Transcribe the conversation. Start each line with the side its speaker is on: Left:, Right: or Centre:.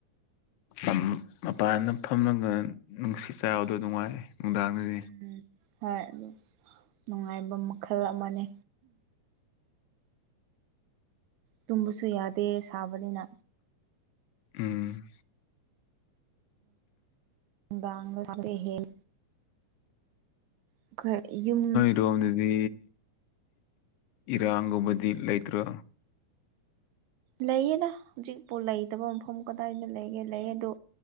Left: ꯑꯝ ꯃꯄꯥꯟꯅ ꯐꯝꯃꯒ ꯅꯨꯡꯁꯤ ꯆꯥꯕꯗꯣ ꯅꯨꯡꯉꯥꯏ ꯅꯨꯡꯗꯥꯡꯗꯗꯤ
Right: ꯎꯝ ꯍꯣꯏ ꯅꯨꯡꯉꯥꯏꯕ ꯃꯈꯜ ꯑꯃꯅꯦ ꯇꯨꯝꯕꯁꯨ ꯌꯥꯗꯦ ꯁꯥꯕꯅꯤꯅ
Left: ꯎꯝ
Right: ꯭ꯂꯥ ꯍꯦꯜ ꯑꯩꯈꯣꯏ ꯌꯨꯝ
Left: ꯑꯗꯣꯝꯗꯗꯤ ꯏꯔꯥꯡꯒꯨꯝꯕꯗꯤ ꯂꯩꯇ꯭ꯔꯣ
Right: ꯂꯩꯌꯦꯅ ꯍꯧꯖꯤꯛꯄꯨ ꯂꯩꯇꯕ ꯃꯐꯝ ꯀꯗꯥꯏꯗ ꯂꯩꯒꯦ ꯂꯩꯌꯦ ꯑꯗꯣ